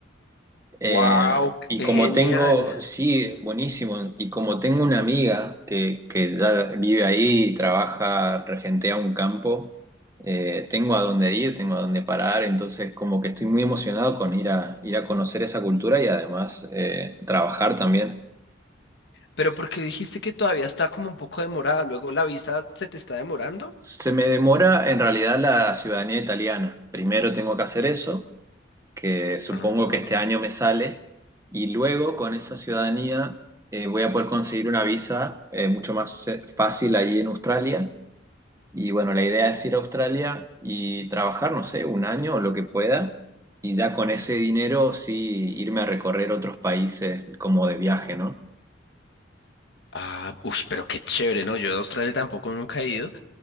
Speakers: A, on the right (about 15°); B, on the left (about 65°).
A: Eh,
B: Wow,
A: y
B: qué
A: como
B: genial.
A: tengo, sí, buenísimo, y como tengo una amiga que, que ya vive ahí y trabaja, regentea un campo, eh, tengo a dónde ir, tengo a dónde parar, entonces como que estoy muy emocionado con ir a, ir a conocer esa cultura y además eh, trabajar también.
B: Pero ¿por qué dijiste que todavía está como un poco demorada? ¿Luego la visa se te está demorando?
A: Se me demora en realidad la ciudadanía italiana. Primero tengo que hacer eso que supongo
B: Ah,
A: que este año me sale, y luego con esa ciudadanía eh, voy a poder conseguir una visa eh, mucho más eh, fácil ahí en Australia. Y bueno, la idea es ir a Australia y trabajar, no sé, un año o lo que pueda, y ya con ese dinero sí irme a recorrer otros países como de viaje, ¿no?
B: ah, ush, pero qué chévere, ¿no? Yo de Australia tampoco nunca he ido.